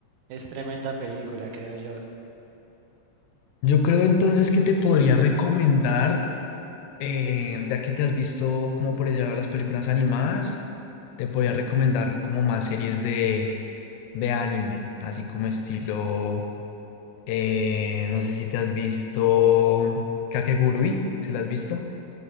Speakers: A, on the right (about 80°); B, on the left (about 80°).
A: es tremenda película, creo yo.
B: Yo creo entonces que te podría recomendar, eh, ya que te has visto como por allá las películas animadas, te podría recomendar como más series de, de anime, así como estilo, eh, no sé si te has visto Kakegurui, ¿se la has visto?